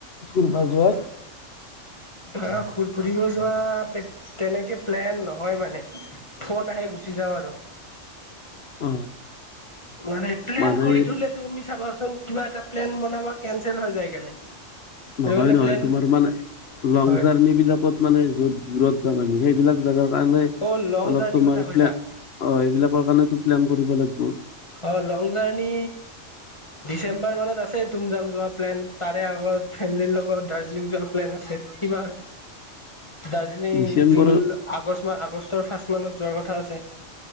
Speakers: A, on the left; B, on the left.
A: ফুৰিবা যোৱা?
B: আহ' খুৰ-ফুৰিব যোৱা তেনেকে প্লেন নহয় মানে। ফোন আহে গুচি যাওঁ আৰু,
A: অ
B: মানে প্লেন
A: মানে
B: কৰি থ'লে তুমি চাবাচোন, কিবা এটা প্লেন বনাবা কেনচেল হৈ যায় <unintelligible> সেইটো
A: নহয়
B: কাৰণে
A: নহয়
B: প্লেন
A: তোমাৰ মানে লং
B: হয়
A: জাৰ্ণি বিলাকত মানে য'ত দূৰত যাম আমি সেইবিলাক জেগাৰ কাৰণে
B: অ' লং
A: অলপ
B: জাৰ্ণিৰ
A: তোমাৰ
B: কথা কৈছা?
A: প্লেন অ' এইবিলাকৰ কাৰণেটো প্লেন কৰিব লাগিব।
B: অ' লং জাৰ্ণি ডিচেম্বৰ মানত আছে তুমজাং যোৱা প্লেন তাৰে আগত ফেমলিৰ লগত দাৰ্জিলিং যোৱা প্লেন আছে। কি'বা হয়।
A: <inaudible>
B: দাৰ্জিলিং
A: ডিচেম্বৰত
B: জুল আগষ্ট আগষ্টৰ ফাৰ্ষ্ট মানত যোৱাৰ কথা আছে।